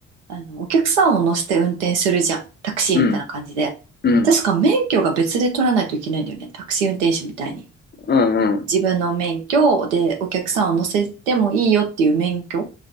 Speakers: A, on the right; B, on the left.
A: あの、お客さんを乗せて運転するじゃん。タクシーみたいな感じで。
B: うん、うん、
A: 確か免許が別で取らないといけないんだよね。タクシー運転手みたいに。
B: うん、うん、
A: 自分の免許でお客さんを乗せてもいいよっていう免許。